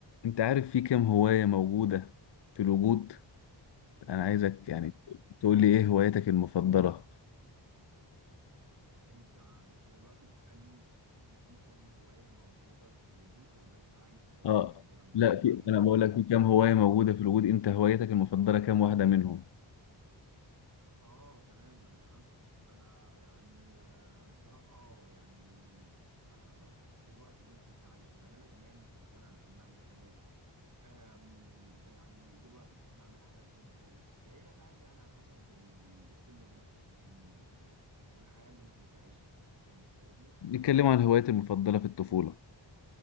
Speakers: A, on the left (about 60°); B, on the right (about 40°).
A: انت عارف في كام هواية موجودة في الوجود انا عايزك يعني
B: كام صح
A: تقول لي ايه هوايتك المفضلة
B: انت انت دلوقتي بتسألني في كم هواية موجودة في الوجود ولا انت عايز هواياتي
A: اه
B: المفضلة اللي انا
A: لا
B: بحب
A: في
B: اعملها
A: انا
B: كل
A: بقول
B: يوم
A: لك في كام هواية موجودة في الوجود انت هوايتك المفضلة كام واحدة منهم
B: اه تمام انا فهمتك انا يعني آه، بصراحة يعني على حسب الوقت اللي انا كنت عايشه يعني انا زمان كنت انا بحب اعمل حاجات أم يعني دلوقتي بحب اعمل حاجات تانية خالص فهي فاهم يعني على حسب ال- السن اللي انا كنت فيه وال... والحياة اللي انا كنت عايشها انت فاهمني
A: نتكلم عن هوايتي المفضلة في الطفولة